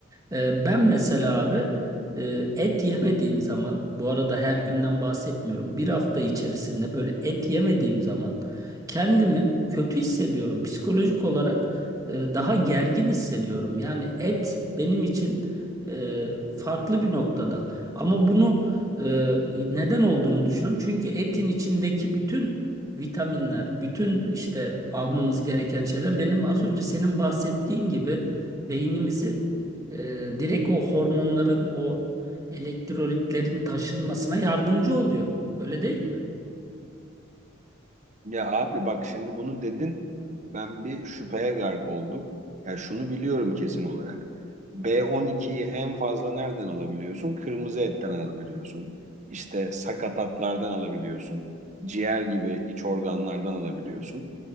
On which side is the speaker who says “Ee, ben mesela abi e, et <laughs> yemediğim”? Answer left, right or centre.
Right